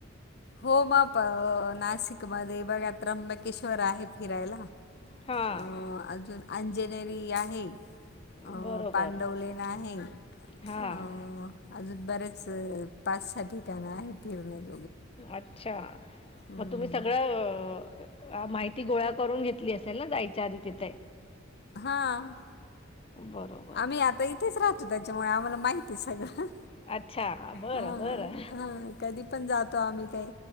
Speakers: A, on the left; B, on the left.
A: हो मापं नाशिक मध्ये बघा त्र्यंबकेश्वर आहे फिरायला.
B: हां
A: अं अजून अंजेनेरी आहे. अ
B: बरोबर
A: पांडवलेन आहे अ
B: हां
A: अजून बरेच पाच-सहा ठिकणा आहे फिरण्याच.
B: अच्छा
A: हम्म.
B: म तुम्ही सगळं अ माहिती गोळा करून घेतली असेल ना जायच्या आधी तिथे.
A: हां.
B: बरोबर
A: आम्ही आता इथेच राहतो त्याच्यामुळे आम्हाला माहिती आहे सगळं.
B: अच्छा. बरं,
A: आं
B: बरं.
A: आं कधी पण जातो आम्ही काय